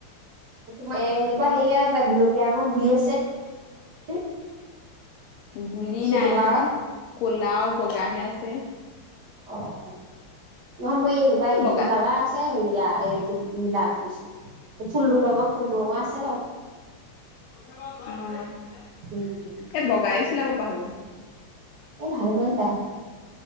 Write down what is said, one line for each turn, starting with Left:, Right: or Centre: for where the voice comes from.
Right: <unintelligible> এনেকুৱা হেইয়া বা গোলপীয়া ৰঙ গুলি আছে <unintelligible>
Left: গুলি
Right: সেইটো
Left: নাই
Right: কালাৰত
Left: নহয়। ক'লা আও বগাহে আছে।
Right: অ'। নহয় মই এনেকুৱা
Left: এই
Right: ইটো
Left: বগা
Right: কালা আছে। সেইয়া এইটো নিলা ফুলটো ৰঙ ফুল টো ৰঙা আছে বাৱ।
Left: অ'।
Right: উম উম।
Left: এ বগাইও চিলাব পা হ'ব।
Right: এ ভাল মান হ'ব। <unintelligible>